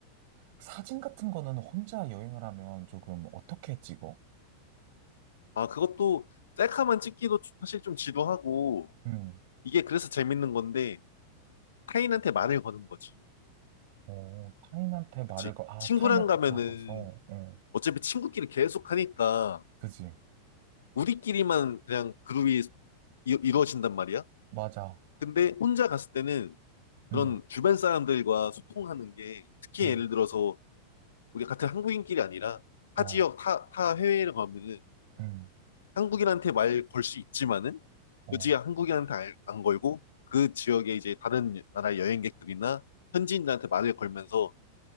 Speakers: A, on the right; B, on the left.
A: 사진 같은 거는 혼자 여행을 하면 조금 어떻게 찍어?
B: 아, 그것도 셀카만 찍기도 주- 사실 좀 지루하고
A: 음,
B: 이게 그래서 재밌는 건데 타인한테 말을 거는 거지.
A: 어, 타인한테 말을,
B: 그치?
A: 거, 아,
B: 친구랑
A: 타인한테
B: 가면은
A: 물어봐서, 응.
B: 어차피 친구끼리 계속 하니까
A: 그지.
B: 우리끼리만 그냥 그룹이 이- 이루어진단 말이야.
A: 맞아.
B: 근데 혼자 갔을 때는 그런
A: 응.
B: 주변 사람들과 소통하는 게 특히
A: 응.
B: 예를 들어서 우리 같은 한국인끼리 아니라
A: 어.
B: 타 지역, 타, 타 해외를 가면은
A: 음,
B: 한국인한테 말 걸 수 있지만은
A: 어.
B: 굳이 한국인한테 알- 안 걸고 그 지역에 이제 다른 나라 여행객들이나 현지인들한테 말을 걸면서